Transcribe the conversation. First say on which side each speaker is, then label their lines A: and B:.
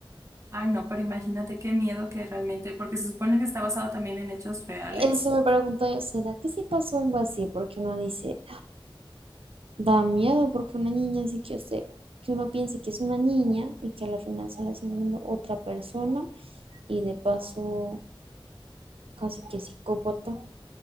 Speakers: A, on the right (about 35°); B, on the right (about 85°).
A: Ay, no, pero imagínate qué miedo que realmente, porque se supone que está basado también en hechos reales.
B: Eso me pregunto yo, ¿será que sí pasó algo así? Porque uno dice, da miedo porque una niña así que yo sé, que uno piense que es una niña y que a la final sale siendo otra persona y de paso casi que psicópata.